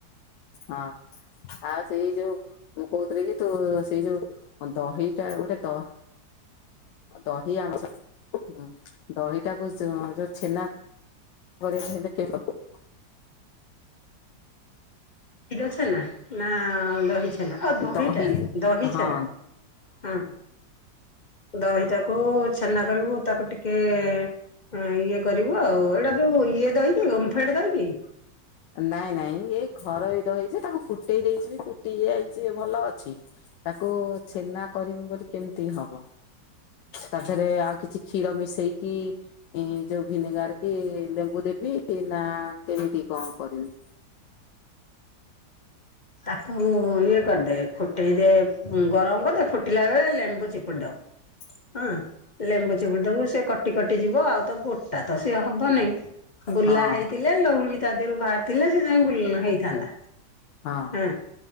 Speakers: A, on the left (about 75°); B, on the left (about 50°).
A: ହଁ ଆଉ ସେଇ ଯୋଉ ମୁଁ କହୁଥିଲି କି ତୁ ସେଇ ଯୋଉ ଦହିଟା ଗୋଟେ ଦ ଦହି ଆମ ହୁଁ ଦହିଟାକୁ ଚୁ ଯ ଛେନା <unintelligible>
B: କ୍ଷୀର ଛେନା ନା ଦହି ଛେ ନା ଓ ଦହିଟା
A: ଦହି
B: ଦହି
A: ହଁ
B: ଛେନା ହଁ। ଦହିଟାକୁ ଛେନା କରିବୁ ତାକୁ ଟିକେ ହୁଁ ଇଏ କରିବୁ ଆଉ ଏଇଟା ଯୋ ଇଏ ଦହି କି ଓମଫେଡ ଦହି କି?
A: ନାଇଁ ନାଇଁ ଏଇ ଘରଇ ଦହି ଯେ ତାକୁ ଫୁଟେଇ ଦେଇଚି ବି ଫୁଟି ଯାଇଚି ଭଲ ଅଛି। ତାକୁ ଛେନା କରିବୁ ବୋଲି କେମିତି ହବ ତା ଦେହରେ ଆଉ କିଛି କିଛି କ୍ଷୀର ମିଶେଇକି ଏ ଯୋଉ ଭିନେଗାର କି ଲେମ୍ବୁ ଦେବି ନା କେମିତି? କଣ କରିବି?
B: ତାକୁ ଇଏ କରିଦେ ଫୁଟେଇଦେ ଉଁ ଗରମ କରିଦେ ଫୁଟିଲା ବେଳେ ଲେମ୍ବୁ ଚିପୁଡି ଦବୁ।
A: ହ
B: ହଁ ଲେମ୍ବୁ ଚିପୁଡି ଦବୁ ସେ କଟି କଟି ଯିବ ଆଉ ତ ଗୋଟା ତ ସେ ସେ ହବନେଇ ବୁଲା
A: ହଁ
B: ହେଇଥିଲେ ଲୋହୁଣୀ ତା ଦେହରୁ ବାହାରଥିଲେ ସେ ଯାଇ ବୁଲ ହେଇଥାନ୍ତା।
A: ହଁ
B: ହୁଁ।